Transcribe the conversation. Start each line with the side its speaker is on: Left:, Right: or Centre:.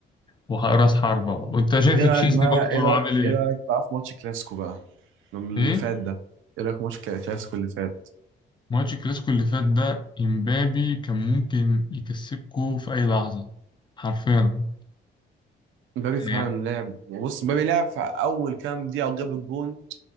Left: وراس حربة وأنت شايف
Right: ايه رايك
Left: تشيزني
Right: بقى
Left: برضو
Right: ايه رايك
Left: عامل
Right: ايه
Left: إيه؟
Right: رايك بقى في ماتش كلاسيكو بقى اللي
Left: إيه؟
Right: فات ده ايه رايك في ماتش كلا- كلاسيكو اللي فات
Left: ماتش الكلاسيكو اللي فات ده امبابي كان ممكن يكسبكو في اي لحظه حرفيا
Right: مبابي فعلا
Left: يعني
Right: لعب بص مبابي لعب في اول كام دقيقه وجاب الجون